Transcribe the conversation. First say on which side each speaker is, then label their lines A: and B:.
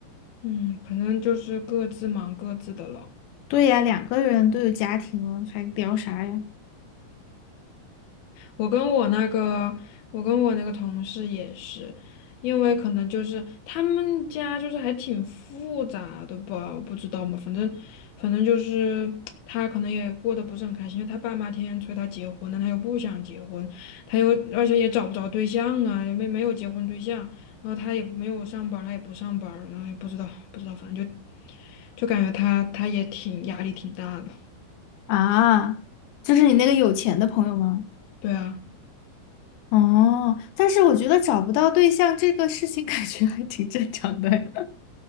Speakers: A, on the left; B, on the left.
A: 嗯，可能就是各自忙各自的了。
B: 对呀，两个人都有家庭了，还聊啥呀？
A: 我跟我那个，我跟我那个同事也是，因为可能就是他们家就是还挺复杂的吧，我不知道嘛，反正反正就是他可能也过得不是很开心，因为他爸妈天天催他结婚，但他又不想结婚，他又而且也找不着对象啊，也没没有结婚对象，然后他也没有上班儿他也不上班儿然后也不知道不知道，反正就就感觉他他也挺压力挺大的，
B: 啊，就是你那个有钱的朋友吗？
A: 对啊。
B: 哦，但是我觉得找不到对象这个事情 <laughs>，感觉还挺正常的呀。<laughs>